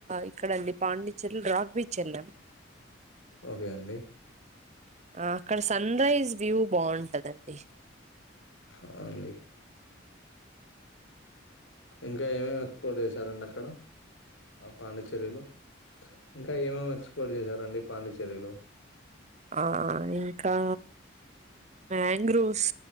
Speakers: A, on the right (about 35°); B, on the left (about 70°).
A: ఇక్కడండి పాండి చెల్ రగ్విీచ్ వెళ్ళాం
B: ఓకే అండి
A: ఆ అక్కడ సన్ రైజ్ వ్యూ బాగుంటదండి
B: ఆ అండి ఇంకా ఏమేమి ఎక్స్ప్లోర్ చేసారండి అక్కడ పాండిచ్చేరిలో ఇంకా ఏ మి ఎక్స్ప్లోర్ చేశారండి పాండిచ్చేరిలో
A: ఆ ఇంకా మా్యాంగ్రూవ్స్